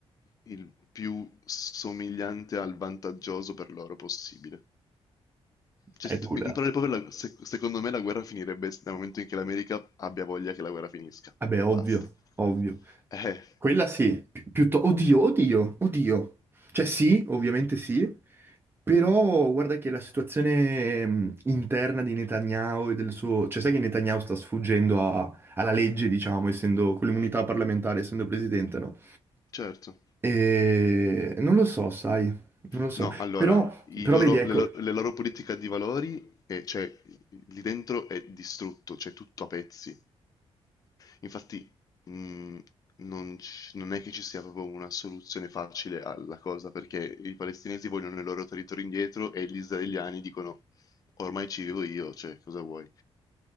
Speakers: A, on the left; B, on the right.
A: il più somigliante al vantaggioso per loro possibile. Cioè,
B: È
A: se
B: dura.
A: tu- in parole povere, la- se- secondo me la guerra finirebbe dal momento in che l'America abbia voglia che la guerra finisca.
B: Vabbè, ovvio,
A: Basta.
B: ovvio.
A: Eh,
B: Quella sì, Pi- piutto- oddio, oddio, oddio. Cioè sì, ovviamente sì, però guarda che la situazione mh, interna di Netanyahu e del suo... Cioè sai che Netanyahu sta sfuggendo a- alla legge, diciamo, essendo con l'immunità parlamentare, essendo presidente, no?
A: certo.
B: E... Non lo so, sai, non lo so.
A: No, allora,
B: Però,
A: i
B: però
A: loro-
B: vedi, ecco,
A: le, lo- le loro politiche di valori, eh, cioè, lì dentro è distrutto, c'è tutto a pezzi. Infatti, mh, non, c- non è che ci sia proprio una soluzione facile alla cosa, perché i palestinesi vogliono il loro territorio indietro e gli israeliani dicono, ormai ci vivo io, cioè, cosa vuoi?